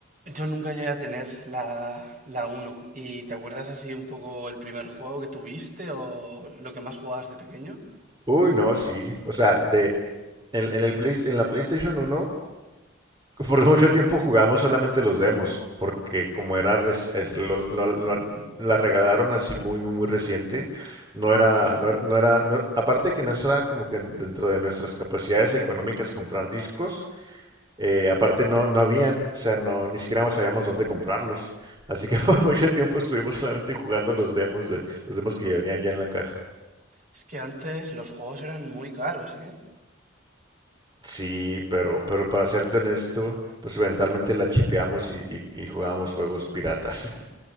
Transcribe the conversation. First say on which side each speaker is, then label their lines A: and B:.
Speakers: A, on the right (about 40°); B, on the right (about 20°).
A: yo nunca llegué a tener la, la uno ¿Y te acuerdas así un poco el primer juego que tuviste o lo que más jugabas de pequeño?
B: Uy, no, sí. O sea, de, en, en el Play- en la PlayStation uno Por mucho tiempo jugamos solamente los demos, porque como era reci- es- lo- lo- lo- la regalaron así muy muy muy reciente, no era
A: Ujú.
B: no era, no era- no- aparte que no era como que dentro de nuestras capacidades económicas comprar discos, eh, aparte no no habían, o sea, no ni siquiera sabíamos dónde comprarlos, así que <laughs> por mucho tiempo estuvimos solamente jugando los demos de los demos que ya venían ya en la caja.
A: Es que antes los juegos eran muy caros, ¿eh?
B: Sí, pero pero para serte honesto, pues eventualmente la chipeamos y, y, y jugábamos juegos piratas.